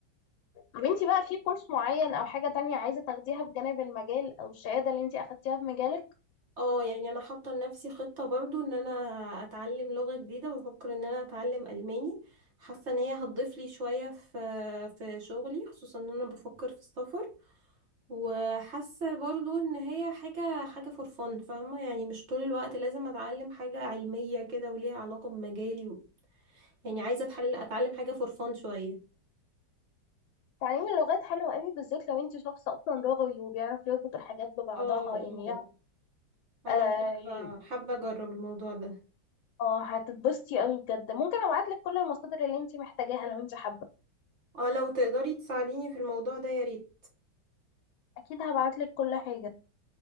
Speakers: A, on the left; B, on the right.
A: طب انت بقى في كورس معين او حاجة تانية عايزة تاخديها بجانب المجال او الشهادة اللي انت اخدتيها في مجالك
B: اه يعني انا حاطه لنفسي خطه برضو ان انا اتعلم لغه جديده بفكر ان انا اتعلم الماني حاسه ان هي هتضيف لي شويه في في شغلي خصوصا ان انا بفكر في السفر وحاسه برضو ان هي حاجه حاجه فور فن فاهمه يعني مش طول الوقت لازم اتعلم حاجه علميه كده وليها علاقه بمجالي و... يعني عايزه اتحل اتعلم حاجه فور فن شويه
A: تعليم اللغات حلو قوي بالذات لو انت شخص اصلا لغوي وبيعرف يربط الحاجات ببعضها
B: اه
A: يعني يعرف-
B: اه انا
A: اه
B: حابه
A: يعني-
B: حابه اجرب الموضوع ده
A: اه هتتبسطي قوي بجد ممكن ابعتلك كل المصادر اللي انت محتاجاها لو انت حابة
B: اه لو تقدري تساعديني في الموضوع ده يا ريت
A: اكيد هبعتلك كل حاجة